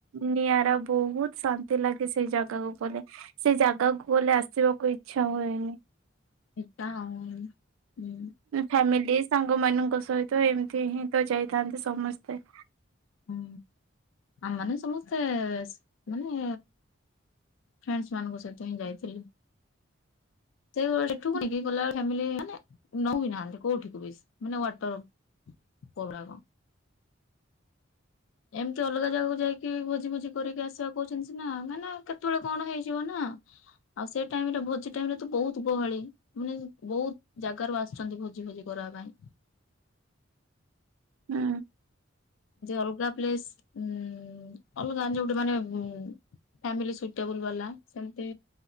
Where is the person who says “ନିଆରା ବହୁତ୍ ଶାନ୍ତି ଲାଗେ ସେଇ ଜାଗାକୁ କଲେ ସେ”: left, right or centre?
Right